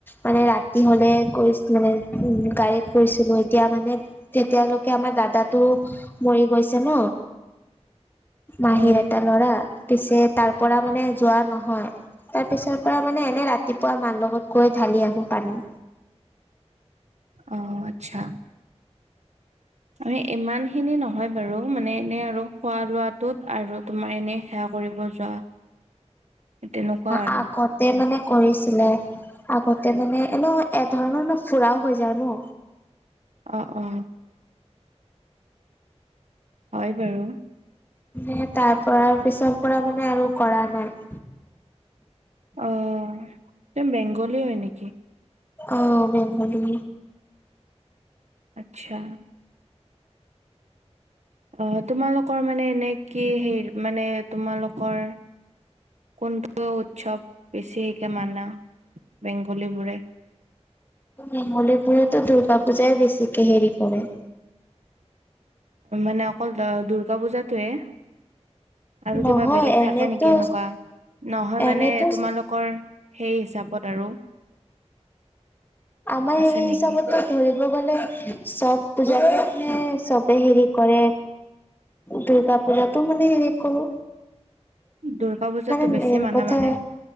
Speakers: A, on the left; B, on the right.
A: মানে ৰাতি হ'লে গৈছ মানে উ গাড়ীত গৈছিলোঁ, এতিয়া মানে- তেতিয়ালৈকে আমাৰ দাদাটো মৰি গৈছে ন। মাহীৰ
B: অ
A: এটা ল'ৰা, পিছে তাৰ পৰা মানে যোৱা নহয়। তাৰ পিছৰ পৰা মানে এনেই ৰাতিপুৱা মাৰ লগত গৈ ঢালি আহো পানী।
B: অ আচ্ছা। মানে ইমান খিনি নহয় বাৰু মানে এনে আৰু খোৱা লোৱাটোত আৰু তোমাৰ এনে সেৱা কৰিব যোৱা। তেনেকুৱা আৰু
A: আগতে মানে কৰিছিলে আগতে মানে এনেও এ ধৰণৰ ন ফুৰাও হৈ যায় ন।
B: অ অ হয় বাৰু।
A: মানে তাৰ পৰা পিছৰ পৰা মানে আৰু কৰা নাই।
B: অ' তুমি বেংগলী হয় নেকি?
A: অ' বেংগলী।
B: আচ্ছা। অ' তোমালোকৰ মানে এনে কি হে মানে তোমালোকৰ। কোনটো উৎসৱ বেছিকে মানা বেংগলীবোৰে?
A: বেংগলী বোৰেতো দুৰ্গা পূজাই বেছিকে হেৰি কৰে।
B: মানে অকল দ দুৰ্গা পূজাতোৱে। আৰু
A: নহয়
B: কিবা বেলেগ
A: এনেতো
B: থাকে নেকি এনেকুৱা নহয় মানে
A: এনেতো
B: তোমালোক কৰ সেই হিচাপত আৰু।
A: আমাৰ
B: আছে
A: হেৰি হিচাপত
B: নেকি
A: ধৰিব গ'লে চব পূজাহে চবে হেৰি কৰে। দুৰ্গা পূজাটো মানে হেৰি কৰো।
B: দুৰ্গা পূজাতো
A: মানে
B: বেছি
A: মেন
B: মানা
A: কথা
B: মানে